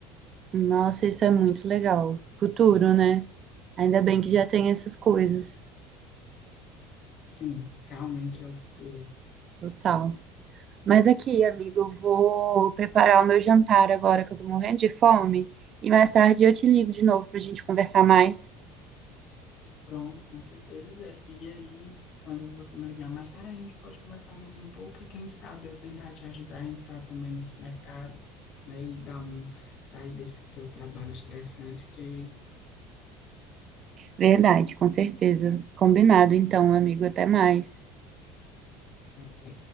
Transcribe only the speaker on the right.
Nossa, isso é muito legal. Futuro, né? Ainda bem que já tem essas coisas.
Total. Mas aqui, amigo, eu vou preparar o meu jantar agora que eu tô morrendo de fome. E mais tarde eu te ligo de novo pra gente conversar mais.
Verdade, com certeza. Combinado, então, amigo. Até mais.